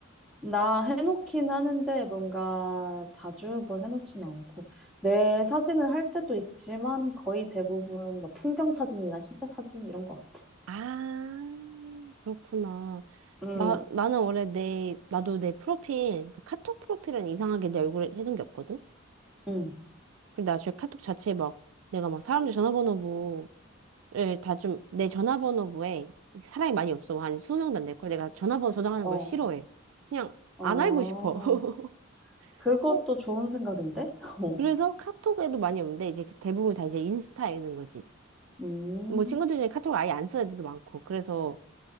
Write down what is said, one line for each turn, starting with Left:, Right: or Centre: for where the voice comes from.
Centre: 나 해놓긴 하는데 뭔가 자주 뭘 해놓진 않고 내 사진을 할 때도 있지만 거의 대부분 막 풍경 사진이나 희자 사진 이런 것 같아.
Right: 아, 그렇구나.
Centre: 응,
Right: 나, 나는 원래 내, 나도 내 프로필, 그 카톡 프로필은 이상하게 내 얼굴에 해둔 게 없거든?
Centre: 응,
Right: 근데 나중에 카톡 자체에 막, 내가 막 사람들 전화번호부를 다 좀, 내 전화번호부에 사람이 많이 없어. 한 20명도 안 될걸. 내가 전화번호 저장하는
Centre: 어,
Right: 걸 싫어해. 그냥
Centre: 어,
Right: 안 알고 싶어. <laughs>
Centre: 그것도
Right: 어,
Centre: 좋은 생각인데? <laughs> 어.
Right: 그래서 카톡에도 많이 없는데, 이제 그 대부분 다 이제 인스타에 있는 거지.
Centre: 음,
Right: 뭐 친구들 중에 카톡을 아예 안 쓰는 애들도 많고. 그래서